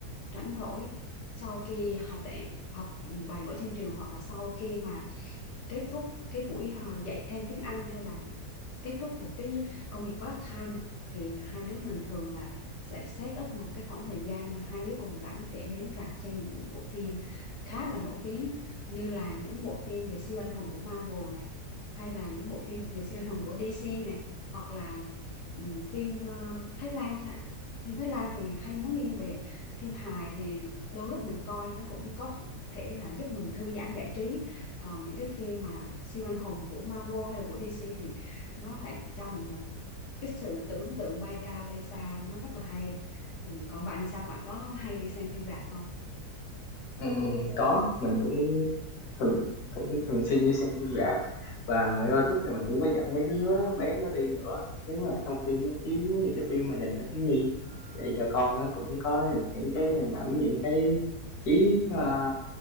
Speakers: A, on the left; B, on the left.
A: rảnh rỗi sau khi học đại học ừ, bài vở trên trường hoặc là sau khi mà kết thúc cái buổi à, dạy thêm tiếng Anh hay là kết thúc một cái công việc part time thì hai đứa mình thường là sẽ set up một cái khoảng thời gian mà hai đứa cùng rảnh để đến rạp xem những bộ, phim khá là nổi tiếng như là những bộ phim về siêu anh hùng của Marvel này hay là những bộ phim về siêu anh hùng của DC này hoặc là ừm, phim ờ, Thái Lan chẳng hạn phim Thái Lan thì hay nó nghiêng về phim hài thì đôi lúc mình coi nó cũng có thể là giúp mình thư giãn giải trí còn những cái phim mà siêu anh hùng của Marvel hay là của DC thì nó lại cho mình một cái sự tưởng tượng bay cao bay xa nó rất là hay ừ. còn bạn thì sao bạn có hay đi xem phim rạp không
B: Ừ, có mình cũng thường, cũng thường xuyên đi xem phim rạp và
A: ừ.
B: đôi lúc này mình cũng có dẫn mấy đứa bé nó đi nữa nếu mà trong phim nó chiếu những cái phim mà dành cho thiếu nhi để cho con nó cũng có những cái hình ảnh những cái trí à,